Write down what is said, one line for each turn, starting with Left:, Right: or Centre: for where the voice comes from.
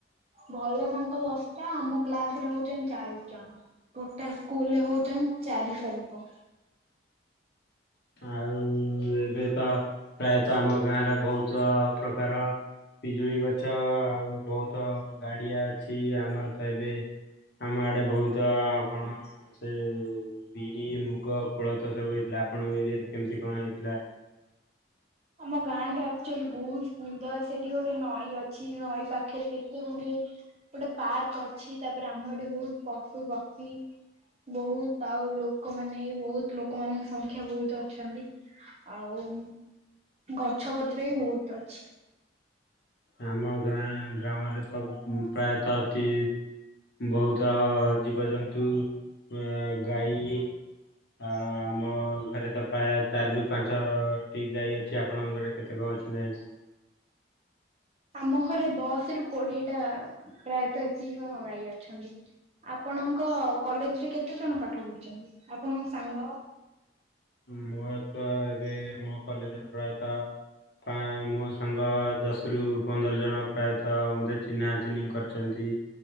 Right: ଭଲ ସାଙ୍ଗ ଦଶଟା ଆମ କ୍ଲାସ ରେ ହଉଛନ୍ତି ଚାଳିଶ ଜଣ। ଟୋଟାଲ ସ୍କୁଲରେ ହଉଛନ୍ତି ଚାରିଶହ ଲୋକ।
Left: ଆଉ ଏବେ ତ ପ୍ରାୟତଃ ଆମ ଗାଁରେ ବହୁତ ପ୍ରକାର ପିଜୁଳି ଗଛ ଆଉ ବହୁତ ଗାଡିଆ ଅଛି ଆମର ତ ଏବେ ଆମ ଆଡେ ବହୁତ କଣ ସେ ବିରି ମୁଗ କୋଳଥ ସବୁ ହେଇଥିଲା। ଆପଣଙ୍କ ଏରିଆରେ କେମିତି କଣ ହେଇଥିଲା?
Right: ଆମ ଗାଁ ଟା ଆକ୍ଚୁଆଲି ବହୁତ ସୁନ୍ଦର ସେଠି ଗୋଟେ ନଈ ଅଛି ନଈ ପାଖରେ କେତେ ଗୁଡିଏ ଗୋଟେ ପାର୍କ ଅଛି ତାପରେ ଆମର ଏଠି ବହୁତ ପଶୁ ପକ୍ଷୀ ବହୁତ ଆଉ ଲୋକମାନେ ବହୁତ ଲୋକମାନଙ୍କ ସଂଖ୍ୟା ବହୁତ ଅଛନ୍ତି। ଆଉ ଗଛ ପତ୍ର ବି ବହୁତ ଅଛି।
Left: ଆମ ଗାଁ ଗ୍ରାମରେ ତ ପ୍ରାୟତ ତି ବହୁତ ଜୀବଜନ୍ତୁ ଅ ଗାଈ ଆ ଆମ ଘରେ ତ ପ୍ରାୟ ଚାରି ରୁ ପାଞ୍ଚଟି ଗାଈ ଅଛି। ଆପଣଙ୍କ ଘରେ କେତେ କଣ ଅଛି ଗାଈ?
Right: ଆମ ଘରେ ଦଶ ରୁ କୋଡିଏ ଟା ପ୍ରାୟତଃ ଏତିକି କଣ ଗାଈ ଅଛନ୍ତି। ଆପଣଙ୍କ କଲେଜରେ କେତେ ଜଣ ପାଠ ପଢୁଛନ୍ତି ଆପଣଙ୍କ ସାଙ୍ଗ?
Left: ମୋର ତ ଏବେ ମୋ କଲେଜରେ ପ୍ରାୟତଃ ପା ମୋ ସାଙ୍ଗ ଦଶ ରୁ ପନ୍ଦର ଜଣ ପ୍ରାୟତଃ ମୋତେ ଚିହ୍ନା ଚିହ୍ନି କରିଛନ୍ତି।